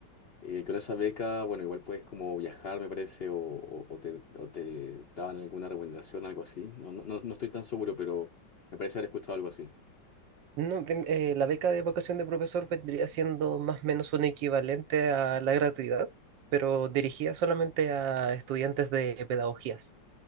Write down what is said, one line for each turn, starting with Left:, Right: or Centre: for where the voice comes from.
Left: eh, con esa beca, bueno, igual puedes como viajar, me parece, o, o- o te, o te daban alguna remuneración algo así. No, no, no no estoy tan seguro, pero me parece haber escuchado algo así.
Right: No, ven- eh, la beca de vocación de profesor vendría siendo más o menos un equivalente a la gratuidad, pero dirigida solamente a estudiantes de pedagogías.